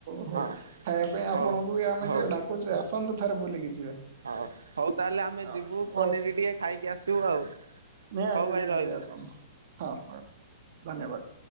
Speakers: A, on the right (about 55°); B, on the right (about 85°).
A: ହ
B: ହେଁ
A: ଖାଇବା ପାଇଁ
B: ହଁ ହଉ
A: ଆପଣଙ୍କୁ ବି ଆମେ
B: ହଉ
A: ଡାକୁଛୁ ଆସନ୍ତୁ ଥରେ ବୁଲିକି ଯିବେ।
B: ହଉ ହଉ ତାହେଲେ ଆମେ
A: ହଉ
B: ଯିବୁ ପନିର
A: ରହୁଛି
B: ଟିକେ ଖାଇକି ଆସିବୁ ଆଉ
A: ନିହାତି
B: ହଉ ଭାଇ
A: ନିହାତି
B: ରହିଲୁ।
A: ଆସନ୍ତୁ ହଁ ହଁ ଧନ୍ୟବାଦ।